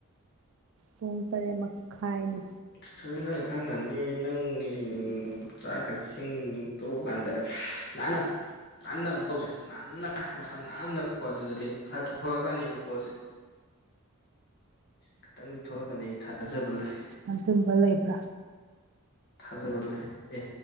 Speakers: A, on the right; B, on the left.
A: ꯄꯨꯡ ꯇꯔꯦꯠ ꯃꯈꯥꯏꯅꯤ꯫
B: ꯏꯁ ꯅꯪ ꯈꯪꯅꯤ ꯅꯪꯂꯤ ꯆꯥꯛꯀꯁꯤꯡ ꯇꯣꯛꯑ ꯀꯥꯟꯗ ꯅꯥꯟꯅ ꯅꯥꯟꯅ ꯑꯃꯨꯛ ꯇꯧꯁꯦ ꯅꯥꯟꯅ ꯃꯁꯥ ꯅꯥꯟꯅꯀꯣ ꯑꯗꯨꯗꯗꯤ ꯑꯃꯨꯛ ꯈꯔ ꯊꯣꯛꯂꯛꯀꯅꯤꯕ ꯄꯣꯠꯁꯦ꯫ ꯈꯤꯇꯪꯗꯤ ꯊꯣꯛꯂꯛꯀꯅꯤ ꯑꯩ ꯊꯥꯖꯕ ꯂꯩ꯫
A: ꯑꯗꯨꯝꯕ ꯂꯩꯕ꯭ꯔꯥ꯫
B: ꯊꯖꯕꯂꯦ ꯑꯦ